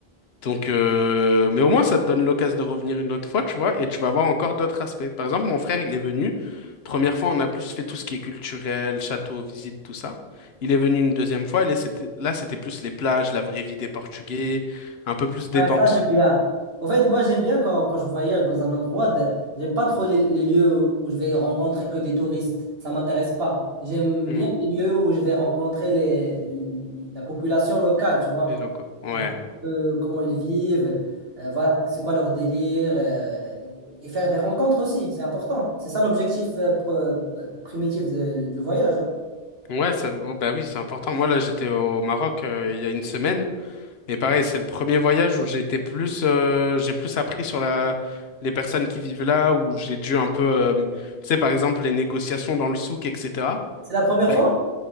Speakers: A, on the left; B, on the right.
A: Donc euh, mais au moins ça te donne l'occasion de revenir une autre fois, tu vois, et tu vas voir encore d'autres aspects. Par exemple, mon frère, il est venu. Première fois, on a plus fait tout ce qui est culturel, château, visite, tout ça. Il est venu une deuxième fois, et là c'était là, c'était plus les plages, la vraie vie des Portugais, un peu plus détente.
B: Ouais, ça, j'aime bien. En fait, moi, j'aime bien quand, quand je voyage dans un endroit, de- j'aime pas trop les, les lieux où je vais rencontrer que des touristes. Ça m'intéresse pas. J'aime
A: Mmh,
B: bien les lieux où je vais rencontrer les, la population locale, tu vois.
A: les locaux. Ouais.
B: On voit Un peu comment ils vivent, euh, voilà, c'est quoi leur délire, euh, et faire des rencontres aussi, c'est important. C'est ça l'objectif euh, pr- euh, primitif de- du voyage. hein.
A: Ouais, ça, oh, bah oui, c'est important. Moi là, j'étais au Maroc euh, il y a une semaine. Et pareil, c'est le premier voyage où j'ai été plus, euh, j'ai plus appris sur la, les personnes qui vivent là, où j'ai dû un peu, euh, tu sais, par exemple, les négociations dans le souk, etc.
B: C'est la première
A: Ben,
B: fois?